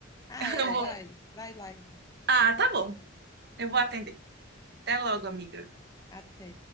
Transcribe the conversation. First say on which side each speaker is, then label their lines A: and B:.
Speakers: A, on the left (about 20°); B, on the right (about 55°).
A: Ah,
B: <laughs>
A: é,
B: Eu vou.
A: vai, vai lá então.
B: Ah, tá bom, eu vou atender. Até logo, amiga.
A: Até.